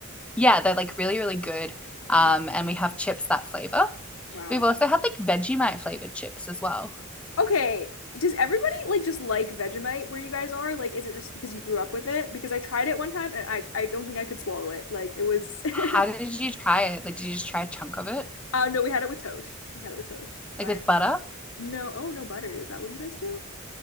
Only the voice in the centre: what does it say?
yeah, they're like really, really good.
Um, and we have chips that flavor.
We've also had like Vegemite flavored chips as well.
How did you try it? Like, did you just try a chunk of it?
Like with butter?